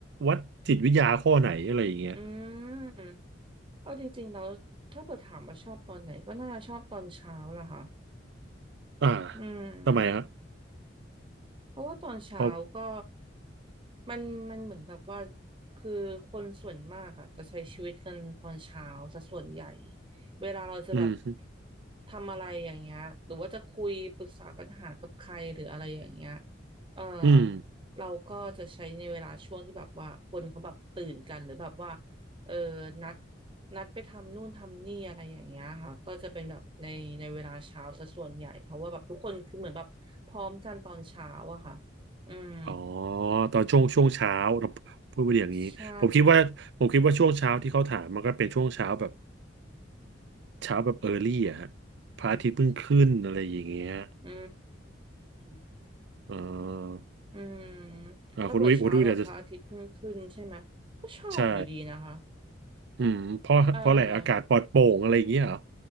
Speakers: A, on the right; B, on the right.
A: วัดจิตวิทยาข้อไหนอะไรอย่างเงี้ย
B: อืม เอาจริงๆแล้วถ้าเกิดถามว่าชอบตอนไหนก็น่าจะชอบตอนเช้าล่ะค่ะ
A: อ่า
B: อืม
A: ทำไมฮะ
B: เพราะว่าตอนเช้าก็
A: เพราะ
B: มันมันเหมือนแบบว่าคือคนส่วนมากอะจะใช้ชีวิตกันตอนเช้าซะส่วนใหญ่เวลาเราจะแบบ
A: อืม
B: ทำอะไรอย่างเงี้ยหรือว่าจะคุยปรึกษาปัญหากับใครหรืออะไรอย่างเงี้ยเออ
A: อืม
B: เราก็จะใช้ในเวลาช่วงที่แบบว่าคนเขาแบบตื่นกันหรือแบบว่าเออนัด นัดไปทำนู่นทำนี่อะไรอย่างเงี้ยค่ะก็จะเป็นแบบในในเวลาเช้าซะส่วนใหญ่เพราะว่าแบบทุกคนคือเหมือนแบบพร้อมกันตอนเช้าอะค่ะอืม
A: อ๋อตอนช่วงช่วงเช้าเราพูดไปอย่างนี้ผมคิดว่าผมคิดว่าช่วงเช้าที่เขาถามมันก็เป็นช่วงเช้าแบบ
B: ใช่
A: เช้าแบบเออร์ลี่อะฮะพระอาทิตย์เพิ่งขึ้นอะไรอย่างเงี้ย
B: อืม
A: อ่า
B: อืม
A: อ่าคุณอุ้ยคุณอุ้ยอาจจะ
B: ถ้าเปิดเช้าแบบพระอาทิตย์เพิ่งขึ้นใช่ไหมก็ชอบอยู่ดีนะคะ
A: ใช่ อืมเพราะเพราะอะไรอากาศปลอดโปร่งอะไรอย่างเงี้ยเหรอ
B: เออ